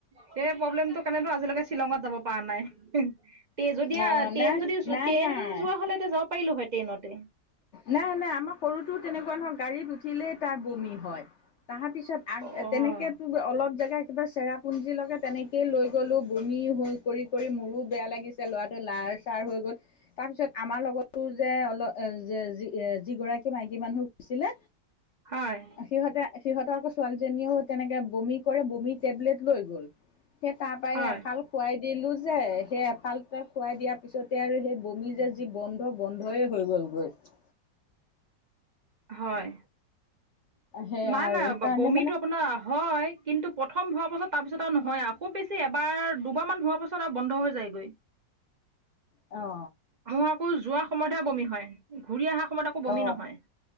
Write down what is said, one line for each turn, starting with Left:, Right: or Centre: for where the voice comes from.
Right: সেই প্ৰব্লেমটো কাৰণেতো আজিলৈকে শ্বিলংত যাব পৰা নাই হিহ, তে যদিওঁ
Left: অ
Right: আ টেন
Left: নাই
Right: যদিও
Left: নাই
Right: টেন
Left: নাই
Right: যোৱা হলে তেতিয়া যাব পাৰিলো হয় টেইনতে।
Left: নাই, নাই আমাৰ সৰুটো তেনেকুৱা নহয়, গাড়ীত উঠিলেই তাৰ বমি হয় তাৰ পিছত। আগ
Right: অ'
Left: তেনেকে তো অলপ জেগা, কিবা চেৰাপুঞ্জী লগকে তেনেকেইয় লৈ গলো বমি হৈ কৰি কৰি মোৰো বেয়া লাগিছে ল'ৰাটো লাষ্ট, ষ্টাৰ হৈ গ'ল, তাৰপিছত আমাৰ লগতো যে অলপ, যি এ যিগৰাকী মাইকী মানুহ গৈছিলে।
Right: হয়
Left: সিহঁতে সিহঁতৰ আকৌ ছোৱালীজনীও তেনেকে বমি। কৰে বমি টেবলেট লৈ গ'ল সেই তাৰপাই
Right: হয়
Left: এফাল, খুৱাই দিলোঁ যে, সেই এফাল এটা খুৱাই দিয়াৰ পিছতে আৰু সেই বমি যে যি বন্ধ বন্ধই হৈ গ'ল। <unintelligible>
Right: হয়।
Left: সেই
Right: নাই
Left: আৰু
Right: নাই
Left: সেইকাৰণে
Right: বমিটো
Left: মানে
Right: আপোনাৰ, হয়, কিন্তু প্ৰথম হোৱাৰ পাছত তাৰপিছত আৰু নহয় আও বেছি। এবাৰ দুবাৰমান হোৱাৰ পাছত আৰু বন্ধ হৈ যায়গৈ।
Left: অ'হ।
Right: মোৰ আকৌ যোৱাৰ সময়তহে বমি হয় ঘূৰি অহাৰ সময়ত আকৌ বমি
Left: অ
Right: নহয়।